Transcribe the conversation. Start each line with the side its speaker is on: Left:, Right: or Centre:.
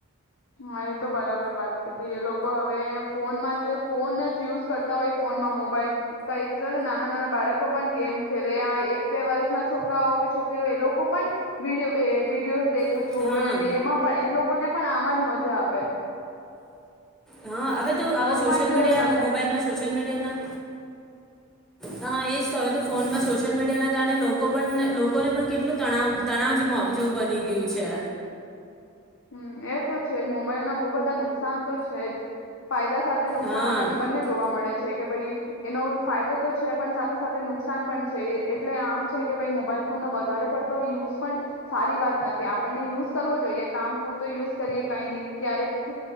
Left: માયેત તો બરાબર વાત કીધી. એ લોકો હવે ફોનમાં જ ફોન જ યુઝ કરતા હોય ફોનમાં મો બાયે. કઈક તો ર નાના નાના બાળકો પણ ગેમ ખેલે આ એક બે વરસના છોકરાઓ કે છોકરીઓ એ લોકો પન વિડીયો વે વિડીયો દેખ કો
Centre: હમ
Left: જોવેને
Centre: હા
Left: એમાં પણ એ લોકોને પણ આ માજ મજા આવે.
Centre: હા, હવે તો આવા
Left: ફોનમાં
Centre: સોશિયલ
Left: જ
Centre: મીડિયા
Left: બધા
Centre: મોબાઈલમાં
Left: જ.
Centre: સોશિયલ મીડિયાના હા, એજ તો હવે તો ફોનમાં સોશિયલ મીડિયાના કારને લોકો પન ને લોકોને પણ કેટલું તણાવ તણાવ જેવું મોઘ જેવુ બની ગ્યું છે.
Left: હમ, એ તો છે જ મોબાઈલના બહુ બધા નુકસાન તો છે જ. ફાયદા સાથે નુકસાન
Centre: હા
Left: આપણને બંને જોવા મળે છે કે ભઈ એનો ફાયદો તો છે પન સાથે સાથે નુકસાન પન છે. એ એટલે આમ છે કે ભઈ મોબાઈલ ફોનનો વધારે પડતો યુઝ પન સારી વાત નથી. આપણને યુઝ કરવો જોઈએ કામ પૂરતો યુઝ કરીએ કાઈ નહી ક્યારેક